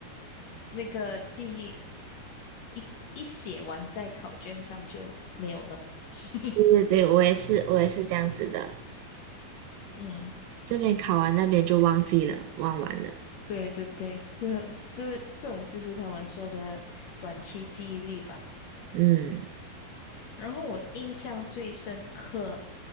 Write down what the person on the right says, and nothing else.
对对对，我也是，我也是这样子的。
这边考完，那边就忘记了，忘完了。
嗯，